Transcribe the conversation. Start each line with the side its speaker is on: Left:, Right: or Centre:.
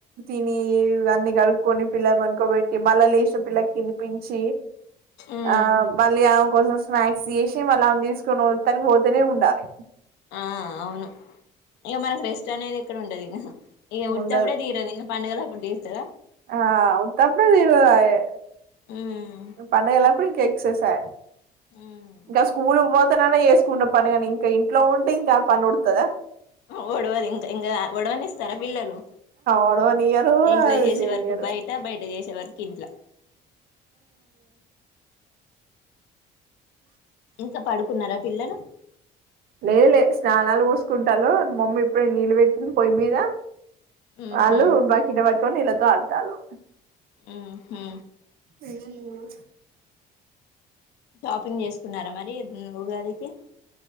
Right: తినీ ఇవన్ని కలుప్కొని పిల్లన్ పనుకోబట్టి, మళ్ళ లేసి పిల్లకి తినిపించి. కి
Left: ఉమ్
Right: ఆ మళ్లీ ఆమె కోసం స్నాక్స్ చేసి తే మళ్ళ ఆమెను తీసుకొని వత్తని పోతనే ఉండాలి
Left: ఆ అవును ఇగ మనకు రెస్ట్ అనేది ఎక్కడ ఉంటది ఇగ ఇగ ఉత్తప్పుడే
Right: ఉండదు
Left: దీరదు, ఇంగ పండుగ లాప్పుడు దీరుతదా.
Right: ఆ ఉత్తపుడే దీరదాయే
Left: ఉమ్
Right: పండగలప్పుడు ఇంకా ఎక్సేసై,
Left: ఉమ్
Right: ఇంకా స్కూల్ పోతేనన్న ఎస్. కున్న పని గాని ఇంక ఇంట్లో ఉంటే ఇంక ఆ పని ఊడుతదా.
Left: ఆ ఓడవదు ఇంకా ఇంగా ఒడవనిస్తారా పిల్లలు.
Right: ఓడవనియ్యరు
Left: ఇంట్లో చేసే
Right: చేయనియ్యరు
Left: వరకు బయట బయట చేసే వరకు ఇంట్ల ఇంకా పడుకున్నారా పిల్లలు
Right: లే లే స్నానాలు వోస్ కుంటాల్లు మమ్మీ ఇప్పుడే నీళ్ళు వెట్టింది పొయ్ మీద
Left: ఉహు
Right: వాళ్లు బకిట్ వట్కొని నీళ్లతో ఆడుతాల్లు
Left: ఊహు
Right: ఊమ్
Left: షాపింగ్ జేసుకున్నారా మరి ఉ ఉగాదికి